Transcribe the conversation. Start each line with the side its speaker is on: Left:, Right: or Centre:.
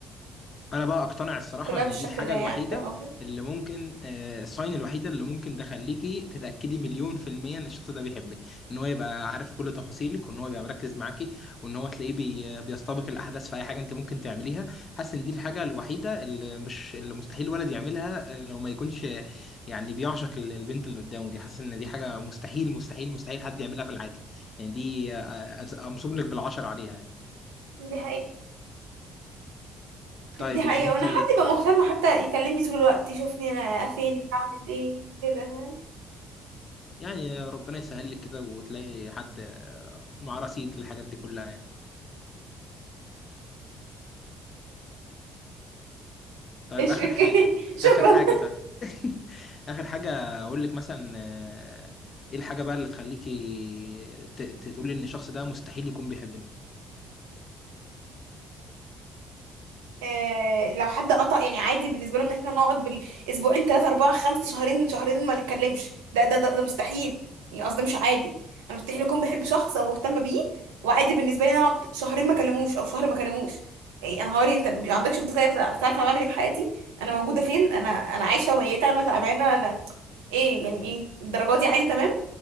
Left: انا بقى اقتنع الصراحه
Right: كلها
Left: ان
Right: بالشكل
Left: دي الحاجه
Right: ده يعني
Left: الوحيده
Right: فاهم قصدي
Left: اللي ممكن آه، الساين الوحيده اللي ممكن تخليكي تتاكدي مليون في الميه ان الشخص ده بيحبك ان هو يبقى عارف كل تفاصيلك وان هو يبقى مركز معاكي وان هو تلاقيه بي بيستبق الاحداث في اي حاجه انت ممكن تعمليها حاسس ان دي الحاجه الوحيده اللي مش اللي مستحيل ولد يعملها آه، لو ما يكونش آه، يعني بيعشق ال- البنت اللي قدامه دي حاسس ان دي حاجه مستحيل مستحيل مستحيل حد يعملها في العادي يعني دي آه، آه، امصب لك بالعشر عليها يعني
Right: دي حقيقة
Left: طيب
Right: دي حقيقه
Left: يعني انت
Right: وانا حد يبقى مهتم حتى يكلمني طول الوقت يشوفني انا فين بعمل ايه كده ها؟
Left: يعني ربنا يسهل لك كده وتلاقي حد آه، معاه رصيد للحاجات دي كلها يعني طيب
Right: ايش
Left: اخر
Right: اوكي
Left: حاجه
Right: <laughs>
Left: اخر
Right: شكرا
Left: حاجه طيب <laughs> اخر حاجه اقول لك مثلا آه، ايه الحاجه بقى اللي تخليكي ت- ت- تقولي ان الشخص ده مستحيل يكون بيحبني
Right: آه، لو حد قطع يعني عادي بالنسبه له ان احنا نقعد بالاسبوعين ثلاثه اربعه خمسه شهرين شهرين ما نتكلمش ده ده ده, ده مستحيل يعني قصدي مش عادي انا مستحيل اكون بحب شخص او مهتمه بيه وعادي بالنسبه لي إن أنا اقعد شهرين ما اكلموش او شهر ما اكلموش إيه انا هوري انت ما عندكش فضول طيب تعرف انا بعمل ايه في حياتي انا موجوده فين انا انا عايشه وميته انا تعبانه انا ايه يعني ايه الدرجات دي عادي تمام